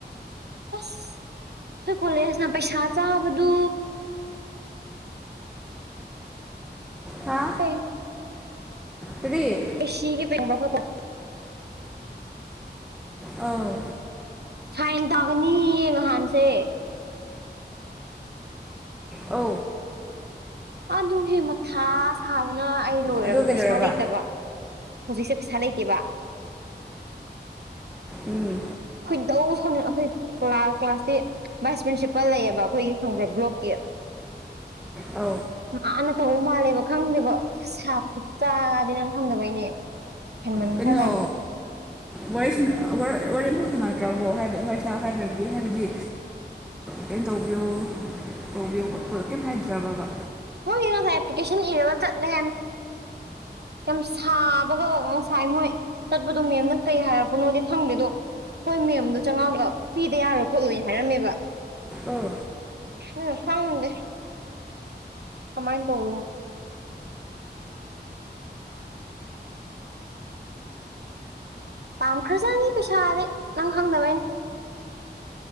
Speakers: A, on the right; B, in the centre.
A: ꯑꯁ ꯑꯩꯏ ꯀꯣꯂꯦꯖꯅ ꯄꯩꯁꯥ ꯆꯥꯕꯗꯨ
B: ꯍꯥ
A: ꯍ
B: ꯐꯔꯤ
A: ꯑꯦ ꯁꯤꯒꯤ ꯄꯦꯡꯕꯈ ꯀ
B: ꯑꯥꯎ
A: ꯐꯥꯏꯟ ꯇꯥꯒꯅꯤꯌꯦ ꯅꯍꯥꯟꯁꯦ
B: ꯑ
A: ꯑꯗꯨ ꯍ ꯃꯊꯥ ꯁꯥꯕꯅ ꯑꯩ ꯂꯣꯏꯔꯕꯅꯦ
B: ꯑꯗꯨ ꯀꯩꯗꯧꯔꯕ
A: ꯄꯩꯁꯥ ꯂꯩꯇꯕ ꯍꯧꯖꯤꯛꯁꯦ ꯄꯩꯁꯥ ꯂꯩꯇꯦꯕ
B: ꯎꯝ
A: ꯑꯩꯈꯣꯏꯗꯧ ꯁ ꯑꯩꯈꯣꯏ ꯀ꯭ꯂꯥꯁꯇꯤ ꯚꯥꯏꯁ ꯄ꯭ꯔꯤꯟꯁꯤꯄꯥꯜ ꯂꯩꯌꯦꯕ ꯑꯩꯈꯣꯏꯒꯤ ꯈꯣꯡꯕ꯭ꯔ ꯕ꯭ꯂꯣꯛꯀꯤ
B: ꯑ
A: ꯑꯥꯟꯅ ꯇꯧꯕ ꯃꯥꯜꯂꯦꯕ ꯈꯪꯗꯦꯕ ꯈꯨꯠ ꯁꯥ ꯈꯨꯠ ꯆꯗꯤ ꯅꯪ ꯈꯪꯗꯕꯩꯅꯦ ꯍꯦꯟꯃꯟꯈ꯭ꯔꯖꯥꯠꯅꯤ
B: ꯄꯟꯅꯣ ꯋꯥꯔꯁꯤ ꯋꯥꯔ ꯏꯐꯣꯛ ꯁ ꯅꯛꯇ꯭ꯔꯕꯣ ꯍꯥꯏꯗꯤ ꯋꯥꯁꯅꯥ ꯍꯥꯏꯗ꯭ꯔꯗꯤ ꯍꯥꯏꯕꯗꯤ ꯀꯩꯅꯣ ꯇꯧꯕꯤꯌꯣ ꯇꯧꯕꯤꯌꯣ ꯀꯩꯝ ꯍꯥꯏꯗ꯭ꯔꯕꯕ
A: ꯍ ꯃꯣ ꯑꯦꯄ꯭ꯂꯤꯀꯦꯁꯟ ꯌꯦ ꯇ ꯂ ꯀ ꯁꯥꯕꯒ ꯁꯥꯏ ꯃꯣꯏ ꯆꯠꯄꯗꯣ ꯃꯦꯝꯅ ꯀꯩ ꯍꯥꯏꯔꯛꯄꯅꯣꯗꯤ ꯐꯪꯗꯦꯗꯣ ꯍꯣꯏ ꯃꯦꯝꯗꯣ ꯆꯝꯉꯥꯒ ꯄꯤꯗ ꯌꯥꯔꯣꯏ ꯈꯣꯠꯂꯣꯏ ꯍꯥꯏꯔꯝꯃꯦꯕ
B: ꯑꯣ
A: ꯎꯝ ꯐꯉꯗꯗꯤ ꯀꯃꯥꯏꯅ ꯇꯧ ꯄꯥꯝꯈ꯭ꯔꯖꯥꯅꯤ ꯄꯩꯁꯥꯗꯤ ꯅꯪ ꯍꯪꯗꯕꯩꯅꯦ